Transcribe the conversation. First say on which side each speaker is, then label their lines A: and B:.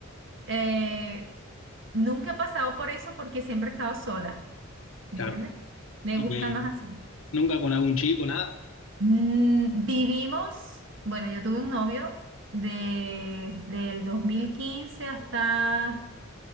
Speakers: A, on the right; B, on the left.
A: eh, nunca he pasado por eso porque siempre he estado sola, ¿entiendes?
B: claro.
A: Me
B: Y
A: gusta
B: eh,
A: más así.
B: nunca con algún chico, nada,
A: Mm, vivimos, bueno, yo tuve un novio de, del 2015 hasta